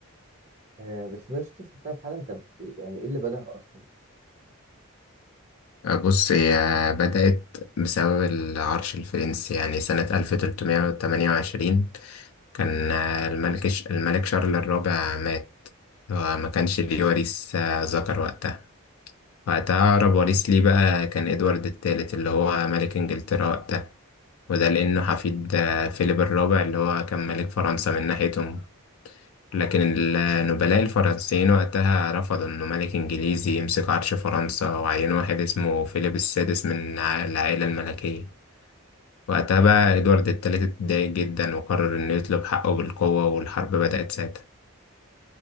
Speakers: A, on the right; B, on the left.
A: آه بس بس شفتها في حلقه طب إيه- يعني ايه اللي بدأها اصلا
B: بص هي بدأت بسبب العرش الفرنسي يعني سنة 1328 كان آه، الملك الملك شارل الرابع مات هو ما كانش ليه وريث آه، ذكر وقتها وقتها أقرب وريث ليه بقى كان إدوارد الثالث اللي هو ملك إنجلترا وقتها وده لأنه حفيد آه، فيليب الرابع اللي هو كان ملك فرنسا من ناحيتهم لكن النبلاء الفرنسيين وقتها رفضوا إنه ملك إنجليزي يمسك عرش فرنسا وعينوا واحد اسمه فيليب السادس من ع- العائلة الملكية وقتها بقى إدوارد الثالث اتضايق جدا وقرر إنه يطلب حقه بالقوة والحرب بدأت ساعتها